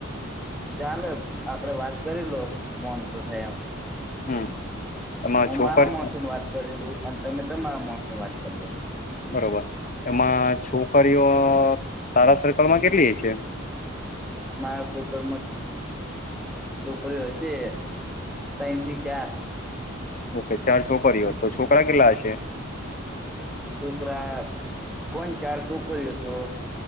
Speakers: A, in the centre; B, on the left.
A: ચાલે આપડે વાત કરી લો મોન શું થાય એમ
B: હમ એમાં
A: હું
B: છોકરી
A: મારા મોણસ વાત કરલું અને તમે તમારા મોણસ વાત કર લો
B: બરોબર એમાં છોકરીઓ તારા સર્કલમાં કેટલી છે
A: મારા છોકમાં છોકરીઓ હશે ત્રણ થી ચાર
B: ઓકે ચાર છોકરીઓ તો છોકરા કેટલા હશે
A: છોકરી કોણ ચાર છોકરીઓ હતો